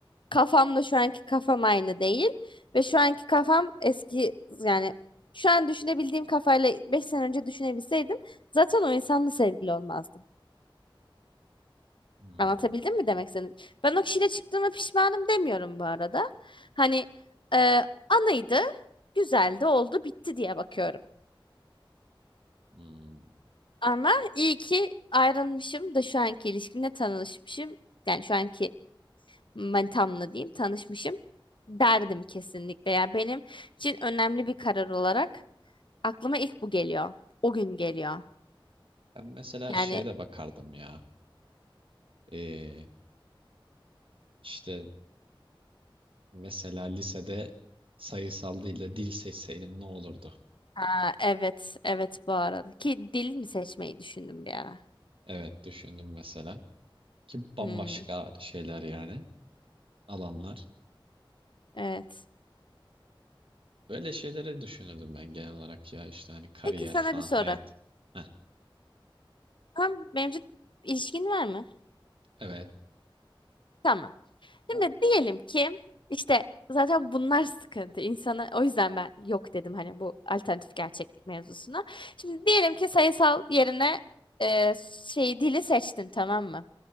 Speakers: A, on the left; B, on the right.
A: kafamla şu anki kafam aynı değil. Ve şu anki kafam eski yani şu an düşünebildiğim kafayla 5 sene önce düşünebilseydim zaten o insanla sevgili olmazdım.
B: Hmm,
A: Anlatabildim mi demek istedim? Ben o kişiyle çıktığıma pişmanım demiyorum bu arada. Hani e, anıydı, güzeldi, oldu, bitti diye bakıyorum.
B: hmm.
A: Ama iyi ki ayrılmışım da şu anki ilişkimle tanışmışım. Yani şu anki manitamla diyeyim tanışmışım derdim kesinlikle. Yani benim için önemli bir karar olarak aklıma ilk bu geliyor. O gün geliyor.
B: Ben mesela
A: Yani
B: şeye de bakardım ya. E, işte mesela lisede sayısal değil de dil seçseydim ne olurdu?
A: aa, evet, evet bu arada. Ki dil mi seçmeyi düşündüm bir ara.
B: Evet düşündüm mesela. Ki bambaşka
A: Hmm,
B: şeyler yani alanlar.
A: evet.
B: Böyle şeyleri düşünürdüm ben genel olarak ya işte hani kariyer
A: Peki sana
B: falan
A: bir soru.
B: hayat. Heh,
A: Tam mevcut ilişkin var mı?
B: evet.
A: Tamam. Şimdi diyelim ki işte zaten bunlar sıkıntı. İnsana o yüzden ben yok dedim hani bu alternatif gerçeklik mevzusuna. Şimdi diyelim ki sayısal yerine e, şey dili seçtin tamam mı?